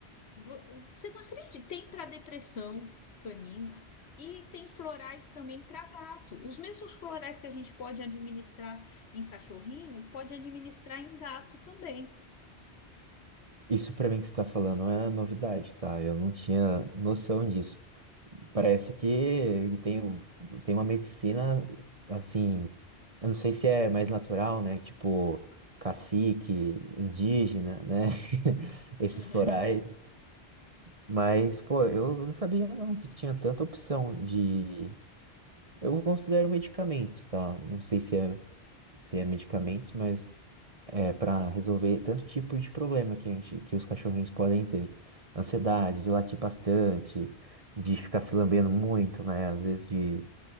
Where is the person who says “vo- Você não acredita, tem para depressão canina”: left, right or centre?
Left